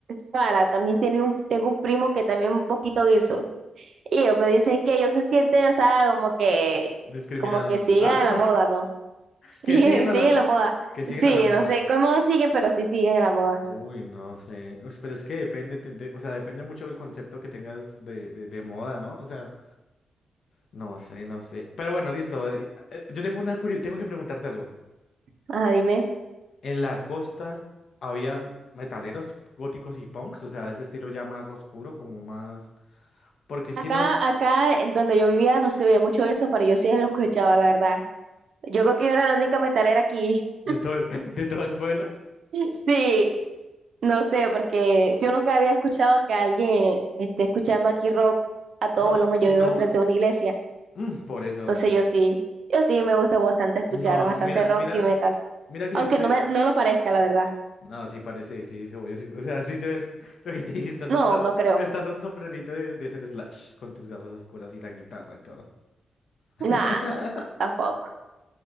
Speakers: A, on the right; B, on the left.
A: Fara, también tiene un, tengo un primo que también un poquito guiso. Y ellos me dicen que ellos se sienten, o sea, como que,
B: Discriminados.
A: como que siguen
B: Ah,
A: a la moda, ¿no? <laughs>
B: <laughs>
A: Siguen,
B: que siguen
A: siguen
B: a la, mo-
A: la moda.
B: que siguen
A: Sí,
B: a la moda.
A: no sé cómo siguen, pero sí siguen la moda.
B: Uy, no sé. Uy, pero es que depende, te- de- o sea, depende mucho del concepto que tengas de, de, de moda, ¿no? O sea, no sé, no sé. Pero bueno, listo. y- eh, eh, Yo tengo una curi- tengo que preguntarte algo.
A: Ajá, dime.
B: En la costa habían metaleros góticos y punks, o sea, de ese estilo ya más oscuro, como más. Porque es
A: Acá,
B: que nos.
A: acá en donde yo vivía no se veía mucho eso, pero yo sí lo escuchaba, la verdad. Yo creo que yo era la única metalera aquí. <laughs>
B: De todo el, <laughs> de todo el pueblo.
A: Sí, no sé, porque yo nunca había escuchado que alguien esté escuchando aquí rock a todo
B: No,
A: volumen. Yo
B: no,
A: vivo al frente de una iglesia.
B: mm, por eso.
A: Entonces yo sí, yo sí me gusta bastante escuchar
B: No,
A: bastante
B: mira,
A: rock
B: mira,
A: y metal.
B: mira que
A: Aunque
B: yo tuve.
A: no me, no lo parezca, la verdad.
B: No, sí parece, sí, sí, obvio, sí. O sea, sí te ves <laughs> lo que te dije, estás,
A: No,
B: a-
A: no creo.
B: estás a un sombrerito de, de ser Slash, con tus gafas oscuras y la guitarra y todo. <laughs>
A: Nah, no, no, tampoco.